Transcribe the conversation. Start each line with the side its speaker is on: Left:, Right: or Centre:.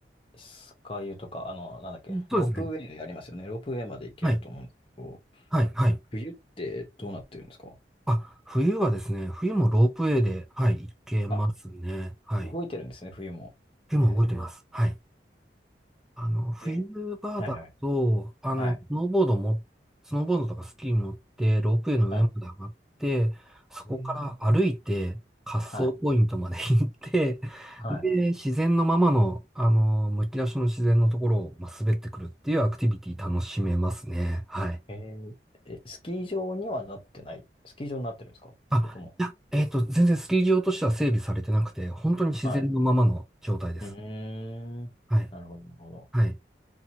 Left: スカイユとか、あの、なんだっけ、ロープウェイありますよね。
Centre: そうですね。
Left: ロープウェイまで行けると思うんですけど、
Centre: はい。はい。はい。
Left: 冬ってどうなってるんですか
Centre: あ、冬はですね、冬もロープウェイで、はい、行けますね。
Left: あ、
Centre: はい。
Left: 動いてるんですね、冬も。
Centre: でも動いてます。
Left: へえ
Centre: はい。あの、冬場だと、
Left: で、はいはい。
Centre: あの、
Left: はい。
Centre: スノーボードも、スノーボードとかスキー持って、ロープウェイの上まで上がって、
Left: はい。
Centre: そこから歩いて、
Left: えー、うん
Centre: 滑走ポイントまで行って、
Left: はい。はい。
Centre: で、自然のままの、あの、むき出しの自然のところを、まあ、滑ってくるっていうアクティビティ楽しめますね。はい。
Left: えー、え、スキー場にはなってない。スキー場になってるんですかそれとも。
Centre: あ、いや、えっと、全然スキー場としては整備されてなくて、本当に自然のままの状態です。
Left: はい。うーん。
Centre: はい。
Left: なるほど、なるほど。
Centre: はい。